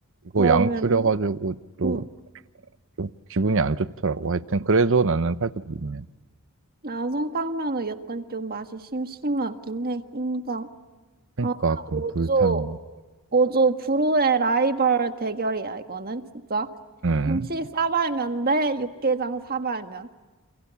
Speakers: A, on the right; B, on the right.
A: 이거
B: 그러면은,
A: 양 줄여가지고 또
B: 응.
A: 좀 기분이 안 좋더라고. 하여튼 그래도 나는 팔도 비빔면.
B: 안성탕면은 약간 좀 맛이 심심하긴 해. 인정.
A: 그러니까
B: 아,
A: 약간
B: 5조,
A: 불탄 맛.
B: 5조 불후의 라이벌 대결이야, 이거는, 진짜.
A: 음.
B: 김치 싸발면 대 육개장 사발면